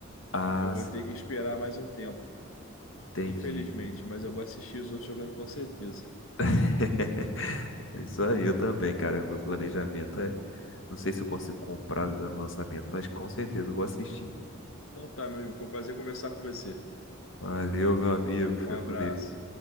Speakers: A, on the left; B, on the left.
A: Ah,
B: Eu vou
A: sim,
B: ter que esperar mais um tempo.
A: entendi.
B: Infelizmente, mas eu vou assistir os outros jogando com certeza.
A: <laughs> Isso aí, eu também, cara. Meu planejamento é. Não sei se eu consigo comprar já no lançamento, mas com certeza eu vou assistir.
B: Então tá, meu amigo, foi um prazer conversar com você.
A: Valeu, meu amigo.
B: Um
A: Fica
B: abraço.
A: com Deus.